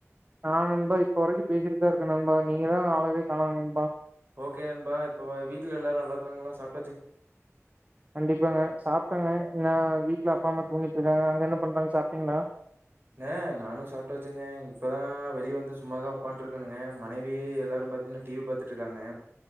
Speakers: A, on the right; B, on the right.
A: நா நண்பா இப்ப வரைக்கு பேசிட்டுதா இருக்கே நண்பா நீங்க தா ஆளவே காணாங்க நண்பா
B: ஓகே அன்பா இப்ப ப வீட்ல எல்லாரு நல்லா இருக்காங்களா சாப்
A: கண்டிப்பாங்க சாப்ட்டங்க நான் வீட்டுல அப்பா அம்மா தூங்கிட்டுருக்காங்க அங்க என்ன பண்றாங்க சாப்ட்டீங்ளா
B: ஏஹ் நானு சாப்ட்டாச்சுங்க இப்பதா வெளியே வந்து சும்ம தா உக்காத்துட்ருக்கணுங்க மனைவிய எல்லாரு பாத்தீங்கன்னா டிவி பாத்துட்டு க்காங்கே